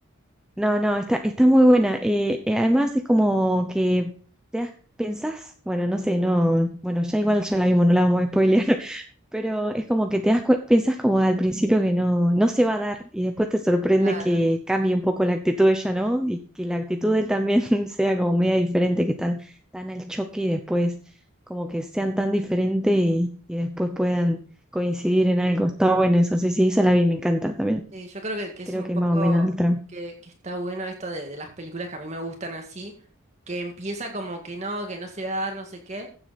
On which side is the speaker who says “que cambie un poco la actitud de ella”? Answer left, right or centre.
Centre